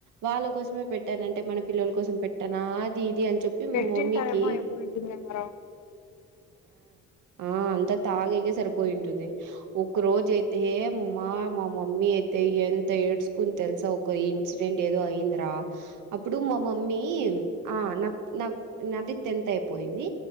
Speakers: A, on the right (about 80°); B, on the left (about 70°).
A: వాళ్ళ కోసమే పెట్టాన అంటే మన పిల్లల కోసం పెట్టాను అది ఇది అంతే చెప్పి
B: పెట్టింటారేమో
A: మా మమ్మీకి
B: అయిపోయింటుందేమో రా
A: ఆ అంత తాగక సరిపోయింటుంది ఒక రోజు అయితే మా మా మమ్మీ అయితే ఎంత ఏడ్చుకుని తెలుసా ఒక ఇన్సిడెంట్ ఏదో అయిందిరా అప్పుడు మా మమ్మీ ఆ నా నా నాది టెన్త్ అయిపోయింది